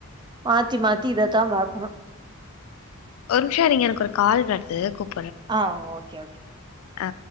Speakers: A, on the right (about 20°); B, on the left (about 70°).
A: மாத்தி மாத்தி இதத்தான் பாக்கணும்
B: ஒரு நிமிஷோ நீங்க எனக்கு ஒரு கால் வருது கூப்
A: ஆ ஓ கேஓகே
B: ஆ